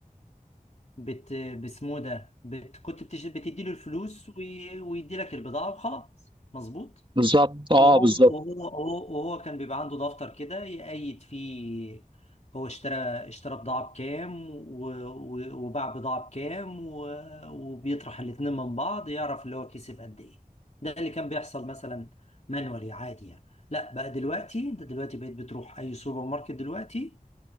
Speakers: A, on the left; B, on the right.
A: بت باسمه ده بت كنت بتش... بتدي له الفلوس وي... ويدي لك البضاعة وخلاص مظبوط
B: بالظبط اه
A: وهو
B: بالظبط
A: وهو وهو وهو كان بيبقى عنده دفتر كده يقيد فيه هو اشترى اشترى بضاعة بكام و... و... وباع بضاعة بكام و... وبيطرح الاتنين من بعض يعرف اللي هو كسب قد ايه ده اللي كان بيحصل مثلا مانوالي عادي يعني لا بقى دلوقتي انت دلوقتي بقيت بتروح اي سوبر ماركت دلوقتي